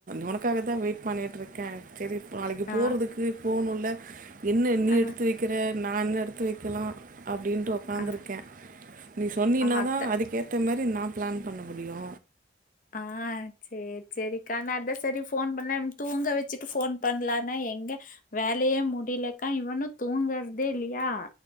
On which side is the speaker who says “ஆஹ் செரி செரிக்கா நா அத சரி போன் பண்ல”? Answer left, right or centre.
Left